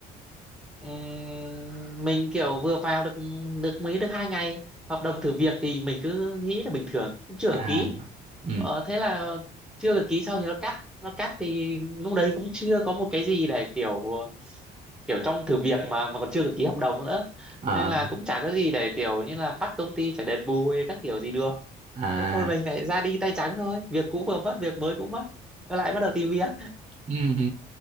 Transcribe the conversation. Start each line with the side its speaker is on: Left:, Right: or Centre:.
Centre: ừm, mình kiểu vừa vào được được mấy được hai ngày hợp đồng thử việc thì mình cứ nghĩ là bình thường cũng chưa được
Right: à
Centre: ký
Right: ừ
Centre: Ờ, thế là chưa được ký sau thì nó cắt nó cắt thì lúc đấy cũng chưa có một cái gì để kiểu kiểu trong thử việc mà mà còn chưa được ký hợp đồng nữa
Right: à
Centre: nên là cũng chả có gì để kiểu như là bắt công ty phải đền bù hay các kiểu gì được
Right: à
Centre: thế thôi mình lại ra đi tay trắng thôi việc cũ vừa mất việc mới cũng mất lại bắt đầu tìm việc
Right: ừ hứ.